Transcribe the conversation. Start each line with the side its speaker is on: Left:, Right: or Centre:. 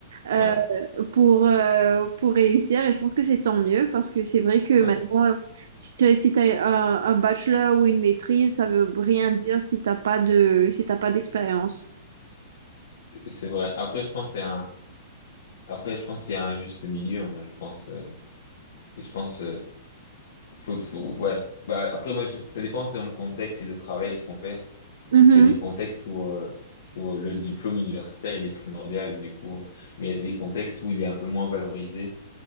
Right: euh,
Left: ouais,
Right: pour, euh, pour réussir. Et je pense que c'est tant mieux parce que c'est vrai que
Left: ouais,
Right: maintenant, si tu as, si t'as un, un bachelor ou une maîtrise, ça veut rien dire si t'as pas de, si t'as pas d'expérience.
Left: c'est vrai. Après, je pense que c'est un, après, je pense qu'il y a un juste milieu, hein, je pense, euh, et je pense, euh, faut, faut, ouais. Bah, après, moi, je- ça dépend, c'est dans le contexte et le travail qu'on fait.
Right: Mhm.
Left: Parce qu'il y a des contextes où, euh, où euh, le diplôme universitaire, il est primordial, du coup. euh, mais il y a des contextes où il est un peu moins valorisé